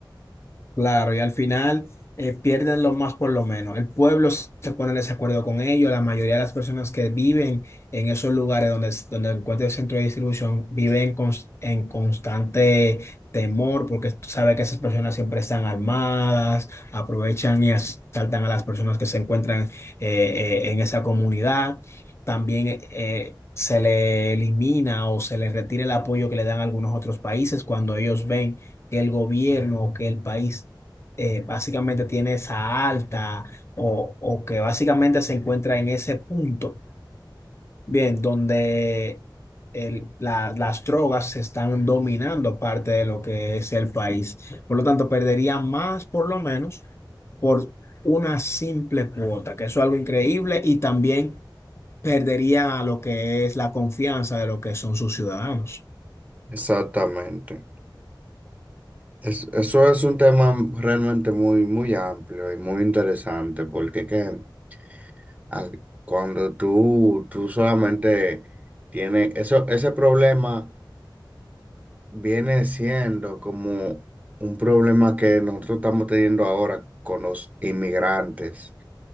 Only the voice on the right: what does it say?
Exactamente. Es- eso es un tema realmente muy, muy amplio y muy interesante, porque ¿qué? Ah, Cuando tú, tú solamente tienes eso, ese problema viene siendo como un problema que nosotros estamos teniendo ahora con los inmigrantes.